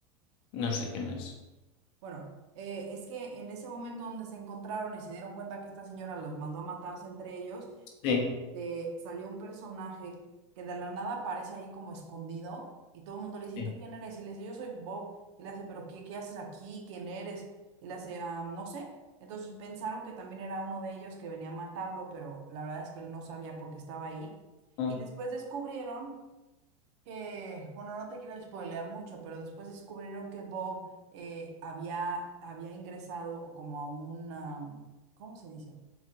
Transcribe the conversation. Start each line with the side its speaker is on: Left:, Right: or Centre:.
Left: No sé quién es.
Right: Bueno, eh, es que en ese momento donde se encontraron y se dieron cuenta que esta señora los mandó a matarse entre ellos,
Left: Sí,
Right: de salió un personaje que de la nada aparece ahí como escondido y todo el mundo le dice,
Left: sí.
Right: ¿y tú quién eres? Y le dice, yo soy Bob. Y le hace, ¿pero qué, qué haces aquí? ¿Quién eres? Y le hace, "Ah, no sé. Entonces pensaron que también era uno de ellos que venía a matarlo, pero la verdad es que él no sabía por qué estaba ahí.
Left: mm,
Right: Y después descubrieron que, bueno, no te quiero spoilear mucho, pero después descubrieron que Bob eh, había, había ingresado como a una, ¿cómo se dice?